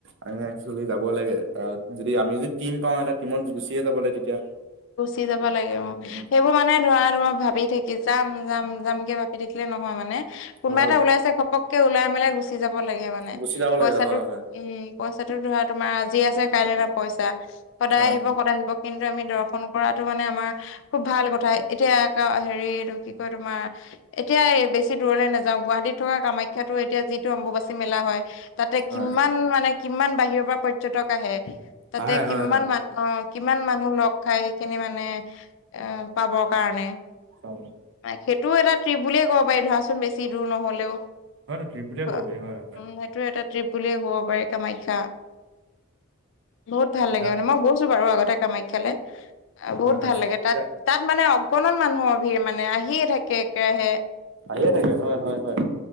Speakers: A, on the right; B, on the left.
A: আমি একচুৱেলি যাব লাগে আহ যদি আমি যদি টিম পাওঁ এটা টিমত গুচিয়ে যাব লাগে তেতিয়া
B: গুচি যাব লাগে অ
A: উম,
B: সেইবোৰ মানে ধৰা তোমাৰ ভাবি থাকি যাম যাম যাম কেে ি দেখিলে নহয় মানে কোনব
A: হয় হয়
B: এটা ওাইছে ঘপকে ওলাই মেলাই গুচি যাব ল মানে
A: গুচি যাব
B: পইচাটোো
A: লাগে হয় হয়
B: উম পইচাটো ধৰা তোমাৰ আজি যি আছে কাইলৈ পইচা সদায়
A: হয়
B: আহিব
A: হয়
B: সদায় যিব কিন্তু আমি দ ন কৰাটো মানে আমাৰ খুব ভাল কথা এতিয়া হেৰিটো কি কয় তোমাৰ এতিয়া বেছি দূৰলৈ নাযাওঁ গুৱাহাটীত থকা কামাখ্যাত ো এতিয়া যিটো অম্বুবাচী মেলা হয় তাতে
A: হয়
B: কিমান মানে কিমান বাহিৰৰ পৰা পৰ্যটক আহে তাতে
A: আহে
B: কিমান
A: হয় হয়
B: মানু অ কিমান মানুহ লগ খাই সেইখিনি মানে এ পাবৰ কাৰণে
A: অ
B: সেইটোও এটা ট্ৰিপ বুলিয়ে ক'ব পাৰি ধৰাচোন বেছি দূৰ নহলেও
A: হয়তো ট্ৰিপ বুলিয়ে
B: উ
A: ক'ব পাৰি হয় হয়
B: সেইটো এাত ্ৰিপ বুলিয়ে ক'ব পাৰি কামাখ্যা বহুত ভাল
A: এতিয়া
B: লাগে মানে মই গৈছো বাৰু আগতে কামাখ্যালে বহুত
A: হয় হয়
B: ভাল লাগে তাত
A: এতিয়া
B: তাত মানে অগণন মানুহৰ ভিৰ মানে আহিয়ে থাকে একেৰাহে
A: আহে থাকে হয় হয় হয়